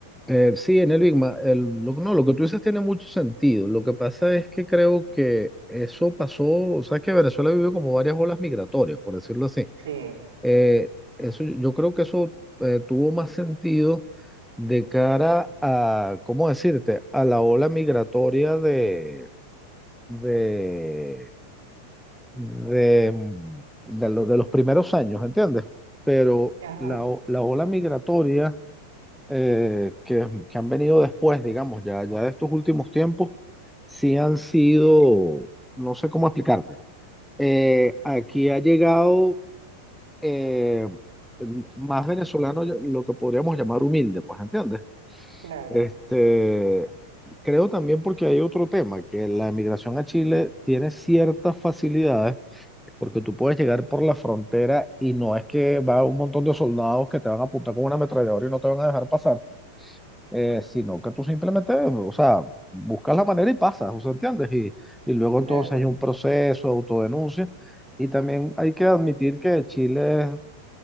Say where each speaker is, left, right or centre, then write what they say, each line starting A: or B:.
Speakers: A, in the centre; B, on the right.
A: Eh, sí, en el Big Ma- el, lo, no, lo que tú dices tiene mucho sentido. Lo que pasa es que creo que eso pasó, o sea, que Venezuela vivió como varias olas migratorias, por decirlo así.
B: Sí,
A: Eh, eso, yo creo que eso eh, tuvo más sentido de cara a, ¿cómo decirte?, a la ola migratoria de, de, de, de lo- de los primeros años, ¿entiendes? Pero
B: ajá,
A: la, o- la ola migratoria eh, que, que han venido después, digamos, ya, ya de estos últimos tiempos, sí han sido, no sé cómo explicarte. Eh, aquí ha llegado eh, más venezolano, lo que podríamos llamar humilde, pues, ¿entiendes?
B: claro,
A: Este, creo también porque hay otro tema, que la emigración a Chile tiene ciertas facilidades, porque tú puedes llegar por la frontera y no es que va un montón de soldados que te van a apuntar con una ametralladora y no te van a dejar pasar eh, sino que tú simplemente, o sea, buscas la manera y pasas, o sea, ¿entiendes? Y, y luego
B: claro,
A: entonces hay un proceso, autodenuncia, y también hay que admitir que Chile es